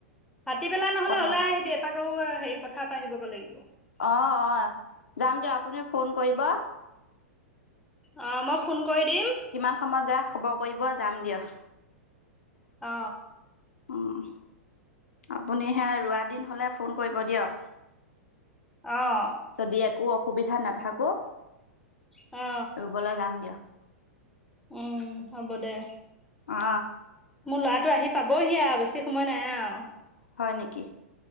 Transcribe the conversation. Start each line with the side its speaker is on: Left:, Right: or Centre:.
Centre: ভাটি বেলা নহ'লে
Left: পথাৰত
Centre: ওলাই আহিবি এপাক ঔ আ হেৰি পথা পা আহিবগৈ লাগিব।
Left: অ, অ যাম দিয়ক। আপুনিও ফোন কৰিব।
Centre: অ, মই ফোন কৰি দিম।
Left: কিমান সময়ত যা, খবৰ কৰিব যাম দিয়ক।
Centre: অ
Left: অ আপুনি সে ৰোৱা দিন হলে ফোন কৰিব দিয়ক।
Centre: অ-অ।
Left: যদি একো অসুবিধা নাথাকো।
Centre: অ
Left: ৰুবলৈ যাম দিয়ক।
Centre: উম হ'ব দে।
Left: অ।
Centre: মোৰ ল'ৰাটো আহি পাবহি আৰু বেছি সময় নাই আৰু।
Left: হয় নেকি?